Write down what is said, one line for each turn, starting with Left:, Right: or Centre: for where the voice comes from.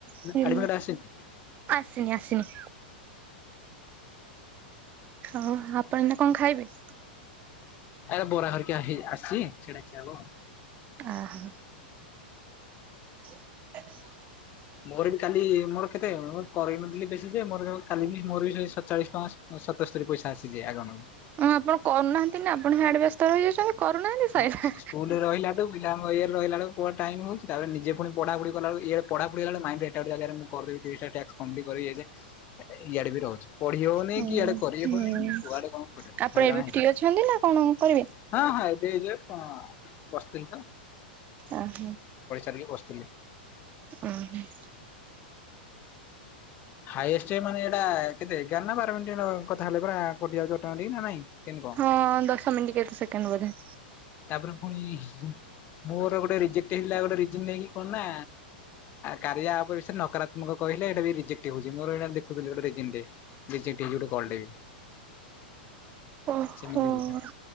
Right: ହେଲା।
Left: ଆଡମିଟ ଆସିନି?
Right: ଆସିନି ଆସିନି। ହଉ ଆପଣ ଏଇନା କଣ ଖାଇବେ?
Left: ଏ ବରା ଘରିକିଆ ହେଇ ଆସିଛି ସେଟା ଖିଆ ହବ।
Right: ଆଃ। <inaudible>
Left: ମୋର ବି କାଲି ମୋର କେତେ ମୋର କରେଇ ନଥିଲି ବେଶି ଯେ ମୋର କାଲି ବି ମୋର ବି ସେଇ ସତଚାଳିଶ ଟଙ୍କା ସତୋସ୍ତରି ପଇସା ଆସିଛି ଆଗଣ।
Right: ହଁ ଆପଣ କରୁନାହାନ୍ତି ନା ଆପଣ ହିଆଡେ ବ୍ୟସ୍ତ ରହିଯାଉଛନ୍ତି କରୁନାହାନ୍ତି ତ ସଇଲା।
Left: ହଁ ସ୍କୁଲରେ ରହିଲାଠୁ ପିଲାଙ୍କ ଇଏ ରେ ରହିଲା ବେଳକୁ କୁଆଡ଼େ ଟାଇମ ହୋଉଛି ତାପରେ ନିଜେ ପୁଣି ପଢ଼ା ପୁଢ଼ି କଲା ବେଳକୁ ୟାରେ ପଢ଼ା ପୁଢି଼ ହେଲା ବେଳକୁ ମାଇଣ୍ଡ ଏଟା ଗୋଟେ ଜାଗାରେ ମୁଁ କରିଦେବି ତିରିଶଟା ଟାସ୍କ କଂପ୍ଲିଟ କରିବି ଇଏ ସିଏ ଇଆଡ଼େ ବି ରହୁଛି। ପଢି଼ ହଉନି
Right: ହୁଁ
Left: କି ଇଆଡ଼େ କରି
Right: ହୁଁ
Left: ହଉନି କି କୁଆଡ଼େ କଣ କରିବ
Right: ଆପଣ
Left: ହଇରାଣ
Right: ଏବେ
Left: ହଉଛି।
Right: ଫ୍ରି ଅଛନ୍ତି ନା କଣ କରିବେ?
Left: ହଁ ହଁ ଏବେ ଯେ ବସିଥିଲି ତ।
Right: ଆଃ।
Left: ଏଇ ବସିଥିଲି।
Right: ଉଁ ହୁଁ।
Left: ହାଇଏଷ୍ଟ ମାନେ ଏଇଟା କେତେ ଏଗାର ନା ବାର ମିନିଟ୍ ନ କଥା ହେଲେ ପରା କରିଯାଉଛି ନା ନାଇଁ? କେମିତି କଣ?
Right: ହଁ ଦଶ ମିନିଟ୍ କେତେ ସେକେଣ୍ଡ ବୋଧେ।
Left: ତାପରେ ପୁଣି ଇ ହିଁ ମୋର ଗୋଟେ ରିଜେକ୍ଟ ହେଇଥିଲା ଗୋଟେ ରିଜିନ ନେଇକି କଣ ନା କାରିଆ ଆପ ବିଷୟରେ ନକାରାତ୍ମକ କହିଲେ ଏଟା ବି ରିଜେକ୍ଟ ହଉଛି ମୋର ଏଇଟା ଦେଖୁଥିଲି ଗୋଟେ ରିଜିନ ଟେ। ରେଜେକ୍ଟ ହେଇଛି ଗୋଟେ କଲ୍ ଟେ ବି।
Right: ଓହୋଃ।
Left: ସେମିତି ହଉଛି।